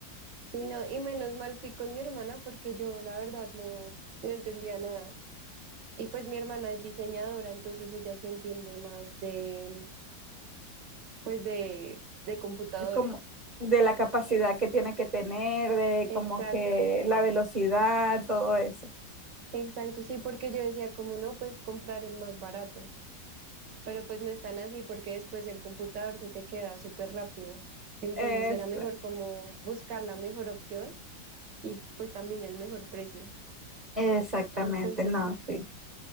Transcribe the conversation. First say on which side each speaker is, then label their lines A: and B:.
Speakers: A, on the right; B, on the right.
A: sí, no. Y menos mal fui con mi hermana porque yo la verdad no, no entendía nada. Y pues mi hermana es diseñadora, entonces ella sí entiende más de, pues de, de computadores.
B: Como de la capacidad que tiene que tener, de
A: Exacto,
B: como que la velocidad, todo eso.
A: exacto, sí, porque yo decía, como no, pues comprar el más barato, pero pues no es tan así porque después el computador se te queda súper rápido. Entonces
B: Es,
A: era mejor como buscar la mejor opción y pues también el mejor precio.
B: exactamente,
A: Entonces,
B: no,
A: sí,
B: sí.